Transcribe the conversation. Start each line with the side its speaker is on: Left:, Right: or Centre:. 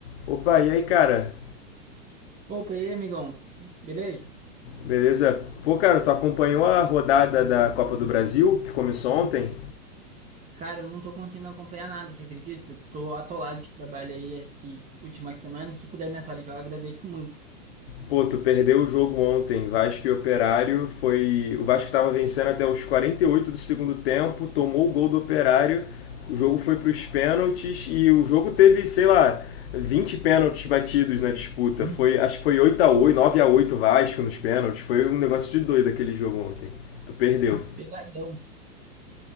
Left: Opa, e aí, cara?
Right: Opa, e aí, amigão? Beleza?
Left: Beleza? Pô, cara, tu acompanhou a rodada da Copa do Brasil, que começou ontem?
Right: Cara, eu não tô conseguindo acompanhar nada, você acredita? Tô atolado de trabalho aí aqui última semana. Se puder me atualizar, eu agradeço muito. <laughs>
Left: Pô, tu perdeu o jogo ontem, Vasco e Operário, foi... O Vasco tava vencendo até os 48 do segundo tempo, tomou o gol do Operário, o jogo foi pros pênaltis e o jogo teve, sei lá, 20 pênaltis batidos na disputa.
Right: Hum,
Left: Foi, acho que foi 8 a 8, 9 a 8 Vasco nos pênaltis. Foi um negócio de doido aquele jogo ontem. Tu perdeu.
Right: Pegadão.